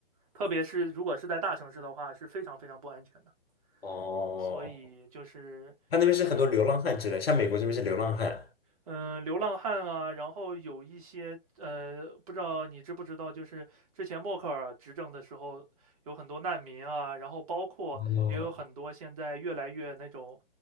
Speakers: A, on the right; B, on the left.
A: 特别是如果是在大城市的话，是非常非常不安全的。
B: 哦，
A: 所以就是
B: 他那边是很多流浪汉之类，像美国这边是流浪汉。
A: 嗯，流浪汉啊，然后有一些呃，不知道你知不知道，就是之前默克尔执政的时候，有很多难民啊，然后包括也有很多现在越来越那种
B: 哦，